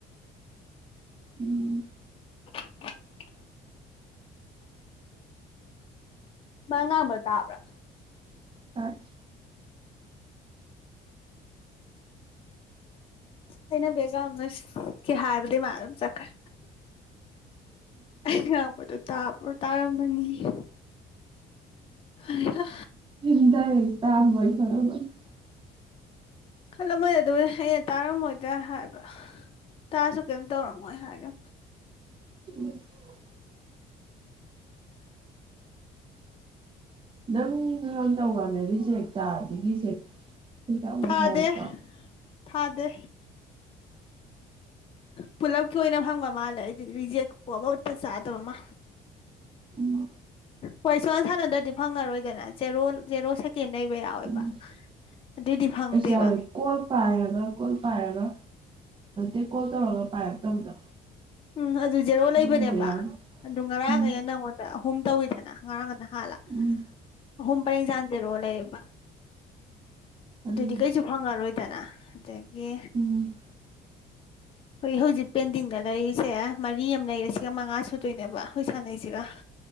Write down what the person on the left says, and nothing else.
<inaudible> ꯃꯥ ꯉꯥꯡꯕ ꯇꯥꯕ꯭ꯔ
ꯑꯩꯅ ꯕꯦꯖ ꯑꯃꯅ ꯀꯦ ꯍꯥꯏꯕꯗꯤ ꯃꯥ ꯑꯗꯨꯝ ꯆꯠꯈ꯭ꯔꯦ ꯑꯩ ꯉꯥꯡꯕꯗꯣ ꯇꯥꯕ꯭ꯔꯣ ꯇꯥꯔꯝꯃꯅꯤ <inaudible> ꯍꯩꯍꯥ
ꯈꯜꯂꯝꯃꯣꯏꯗ ꯑꯗꯨ ꯑꯩꯅ ꯇꯥꯔꯝꯃꯣꯏꯗ ꯍꯥꯏꯕ ꯇꯥꯁꯨ ꯀꯦꯝ ꯇꯧꯔꯝꯃꯣꯏ ꯍꯥꯏꯒ
ꯊꯥꯗꯦ
ꯊꯥꯗꯦ ꯄꯨꯂꯞ ꯂꯣꯏꯅ ꯐꯪꯕ ꯃꯥꯜꯂꯦ ꯑꯩꯗꯤ ꯔꯤꯖꯦꯛꯄꯨ ꯑꯃꯠꯇ ꯆꯥꯗꯕ ꯃꯥ
ꯍꯣꯏ ꯁꯨꯋꯥꯟ ꯁꯥꯟꯅꯗ꯭ꯔꯗꯤ ꯐꯪꯉꯔꯣꯏꯗꯅ ꯖꯦꯔꯣ ꯖꯦꯔꯣ ꯁꯦꯀꯦꯟ ꯂꯩꯕ ꯌꯥꯎꯋꯦꯕ
ꯑꯗꯨꯏꯗꯤ ꯐꯪꯗꯦꯕ
ꯎꯝ ꯑꯗꯨ ꯖꯦꯔꯣ
ꯂꯩꯕꯅꯦꯕ
ꯑꯗꯨ ꯉꯔꯥꯡ
ꯑꯩꯅ ꯅꯪꯉꯣꯟꯗ ꯑꯍꯨꯝ ꯇꯧꯋꯤꯗꯅ ꯉꯔꯥꯡ ꯉꯟꯅ ꯍꯥꯛꯂ
ꯑꯍꯨꯝ ꯄꯔꯦꯡ ꯁꯥ ꯖꯦꯔꯣ ꯂꯩꯌꯦ
ꯑꯗꯨꯗꯤ ꯀꯩꯁꯨ ꯈꯪꯉꯔꯣꯏꯗꯅ ꯑꯗꯒꯤ
ꯍꯣꯏ ꯍꯧꯖꯤꯛ ꯄꯦꯟꯗꯤꯡꯗ ꯂꯩꯔꯤꯁꯦ ꯃꯔꯤ ꯑꯃ ꯂꯩꯔꯦ ꯁꯤꯒ ꯃꯉꯥ ꯁꯨꯗꯣꯏꯅꯦꯕ ꯑꯩꯈꯣꯏ ꯁꯥꯟꯅꯩꯁꯤꯒ